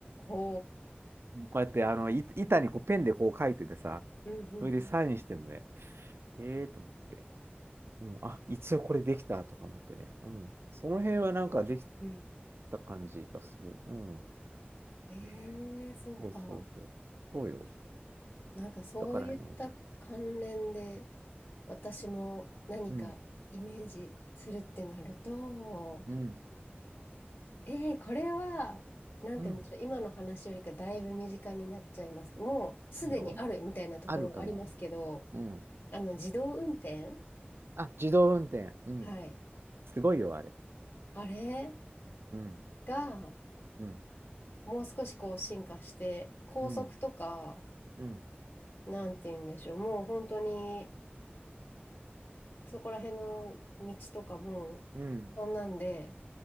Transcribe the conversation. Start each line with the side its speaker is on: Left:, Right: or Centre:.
Left: ほ
Right: こうやって、あの、い板にこうペンでこう書いててさ、
Left: う。うんうんうん
Right: それでサインしてんのね。へえーと思って。うん、あ、一応これできたとか思ってね。うん。その辺はなんかでき
Left: うん。
Right: た感じがする。うん。
Left: ええそうか。
Right: ねえ。そうそうそう。そうよ。
Left: なんかそういった関連で、
Right: だからね。
Left: 私も何かイメージするってなると、
Right: うん。うん。
Left: ええこれは、なんて言うんでしょう、
Right: うん。
Left: 今の話よりかだいぶ身近になっちゃいます。もうすでにあるみたいなところありますけど、
Right: いいよ。あるかも。うん。
Left: あの自動運転、
Right: あ、自動運転。うん。
Left: はい。
Right: すごいよ、あれ。
Left: あれ
Right: うん。
Left: が、
Right: うん。
Left: もう少しこう進化して、高速とか、
Right: うん。うん。
Left: なんて言うんでしょう、もう本当に、そこら辺の道とかも、
Right: うん。
Left: そんなんで